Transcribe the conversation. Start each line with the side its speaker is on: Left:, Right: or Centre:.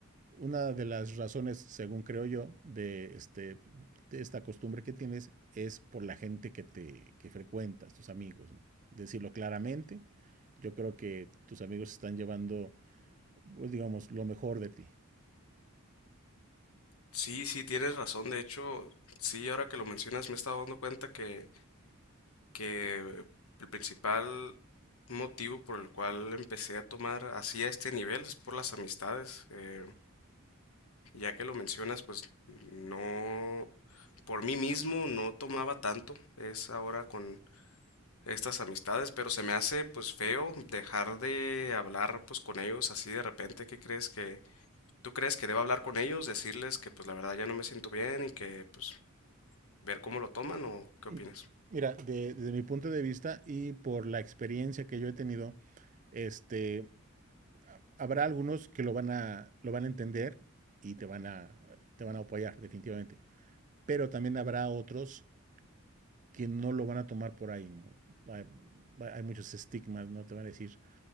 Right: Una de las razones, según creo yo, de, este, de esta costumbre que tienes es por la gente que te que frecuentas, tus amigos, ¿no? Decirlo claramente, yo creo que tus amigos están llevando, pues, digamos, lo mejor de ti.
Left: Sí, sí, tienes razón, de hecho, sí, ahora que lo mencionas me he estado dando cuenta que, que el principal motivo por el cual empecé a tomar así a este nivel es por las amistades. eh, Ya que lo mencionas, pues no, por mí mismo no tomaba tanto, es ahora con estas amistades, pero se me hace pues feo dejar de hablar pues con ellos así de repente. ¿Qué crees que tú crees que debo hablar con ellos, decirles que pues la verdad ya no me siento bien y que pues ver cómo lo toman o qué
Right: M-
Left: opinas?
Right: Mira, de- desde mi punto de vista y por la experiencia que yo he tenido, este, habrá algunos que lo van a, lo van a entender y te van a, te van a apoyar, definitivamente. Pero también habrá otros que no lo van a tomar por ahí, ¿no? Hay, hay muchos estigmas, ¿no? Te van a decir,